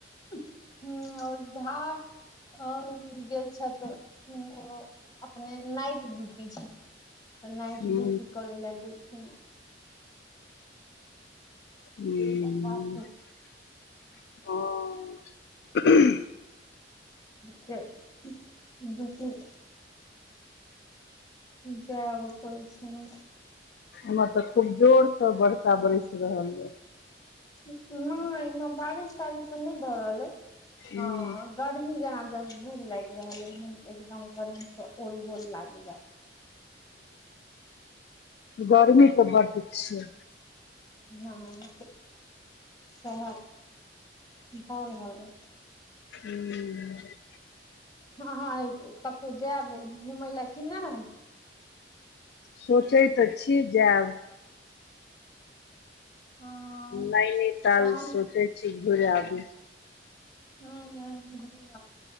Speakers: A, on the left (about 20°); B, on the left (about 60°).
A: हुँ आओर झा अऔर गेल छथि। हुँ ओ अपने नाइट ड्यूटी छै। तऽ नाइट
B: हूँ
A: ड्यूटी करै ले गेलखिन छेना <inaudible>
B: हुँ
A: ह बात
B: हँ आ
A: फेर ड्युटी <unintelligible> जाय आबऽ पड़ै छै ने।
B: एम्हर तऽ खूब जोर से वर्षा बरस रहल ये।
A: नय एम्हर बारिश तारिश तऽ नय भऽ रहल ऐ
B: ये
A: हँ गरमी जेना जंजुग लागि रहल ऐ, मुन एकदम गरमी से ओलबोल लगैये।
B: हुॅं गर्मी तऽ बड्ड छै।
A: हँ सेहे भऽ रहल ऐ
B: हुँ
A: हँ हँ कतहु जायब घुमय लए कि नय?
B: सोचै तऽ छी जैब
A: हँ
B: नैनीताल
A: तहन
B: सोचै छी घुरि आबी
A: हुॅं हुॅं घुमि आउ